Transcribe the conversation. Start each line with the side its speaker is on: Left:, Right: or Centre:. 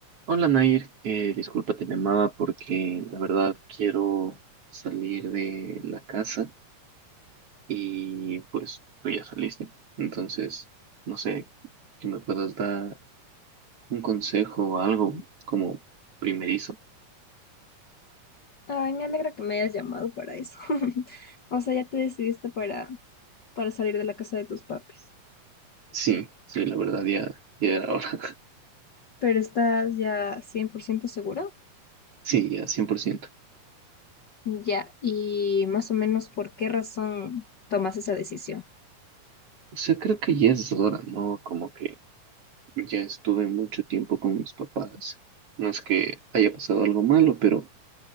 Right: Hola Nair, eh, disculpa, te llamaba porque la verdad quiero salir de la casa y pues tú ya saliste. Entonces, no sé, que me puedas dar un consejo o algo como primerizo.
Left: Ay, me alegra que me hayas llamado para eso. <laughs> O sea, ya te decidiste para, para salir de la casa de tus papis.
Right: Sí, sí, la verdad ya, ya era hora. <laughs>
Left: Pero estás ya 100% segura.
Right: Sí, ya 100%.
Left: Ya, y más o menos por qué razón tomas esa decisión.
Right: O sea, creo que ya es hora, ¿no? Como que ya estuve mucho tiempo con mis papás. No es que haya pasado algo malo, pero